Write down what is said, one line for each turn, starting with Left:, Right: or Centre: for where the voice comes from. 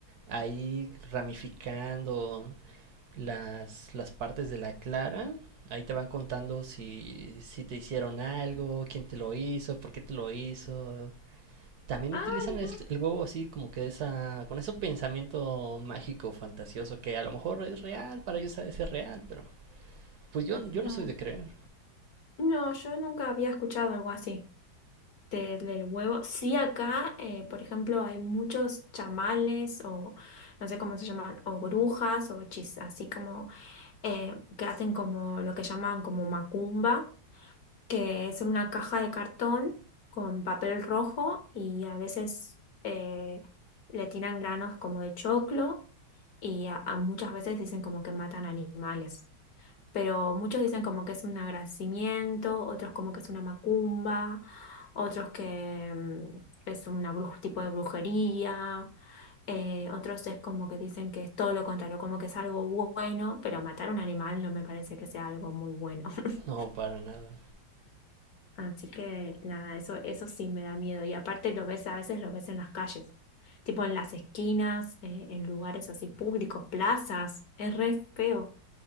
Right: ahí ramificando las, las partes de la clara. Ahí te van contando si, si te hicieron algo, quién te lo hizo, por qué te lo hizo, también
Left: Ah,
Right: utilizan
Left: mira,
Right: el, el huevo así como que esa con ese pensamiento mágico fantasioso que a lo mejor es real para ellos ha de ser real pero pues yo yo
Left: no.
Right: no soy de creer
Left: No, yo nunca había escuchado algo así de- del huevo. Sí, acá, eh, por ejemplo, hay muchos chamales o no sé cómo se llaman, o brujas o hechizas, así como eh, que hacen como lo que llaman como macumba que es una caja de cartón con papel rojo y a veces eh, le tiran granos como de choclo y a, a muchas veces dicen como que matan animales. Pero muchos dicen como que es un agradecimiento, otros como que es una macumba, otros que mm, es un tipo de brujería, eh, otros es como que dicen que es todo lo contrario, como que es algo bu- bueno, pero matar un animal no me parece que sea algo muy bueno. <laughs>
Right: no para nada
Left: Así que nada, eso, eso sí me da miedo. Y aparte lo ves, a veces lo ves en las calles, tipo en las esquinas, eh, en lugares así públicos, plazas, es re feo.